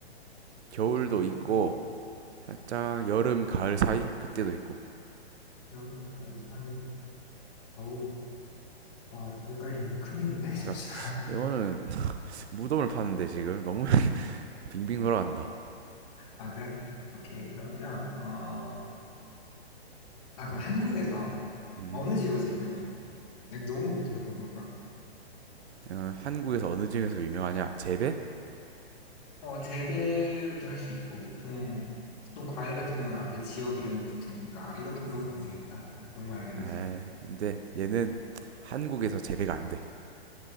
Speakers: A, on the right; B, on the left.
A: 겨울도
B: 겨울,
A: 있고 살짝 여름, 가을 사이? 그때도 있고.
B: 여름, 가을 사이, 겨울. 아, 더 헷갈리는데 큰일인데 <laughs> 잠시만.
A: 그러니까 이거는 <laughs> 무덤을 파는데 지금 너무 <laughs> 빙빙 돌아간다.
B: 아, 그래? 오케이. 그러면 어, 아, 그럼 한국에서
A: 음,
B: 어느 지역에서 유명해? 내가 너무 대놓고 물어보나?
A: 어, 한국에서 어느 지역에서 유명하냐? 재배?
B: 어, 재배로도 할 수 있고, 보통, 보통 과일 같은 경우는 앞에 지역 이름이 붙으니까, 이렇게 물으면 안 되겠다. 아, 너무 알겠네.
A: 아, 근데 얘는 한국에서 재배가 안 돼.